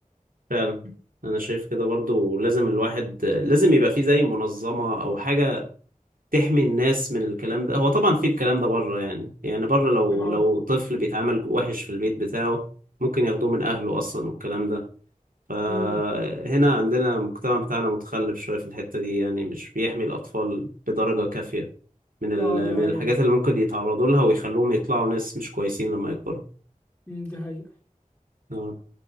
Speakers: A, on the right (about 85°); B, on the left (about 15°).
A: فعلا انا شايف كده برضو لازم الواحد لازم يبقى فيه زي منظمة او حاجة تحمي الناس من الكلام ده هو طبعا في الكلام ده بره يعني يعني بره لو
B: اه
A: لو طفل بيتعامل وحش في البيت بتاعه ممكن ياخدوه من اهله اصلا والكلام ده فهنا
B: امم
A: عندنا المجتمع بتاعنا متخلف شوية في الحتة دي يعني مش بيحمي الاطفال بدرجة كافية من ال...
B: اه دي
A: من
B: حقيقة
A: الحاجات اللي ممكن يتعرضوا لها ويخلوهم يطلعوا ناس مش كويسين لما يكبروا
B: امم دي حقيقة
A: اه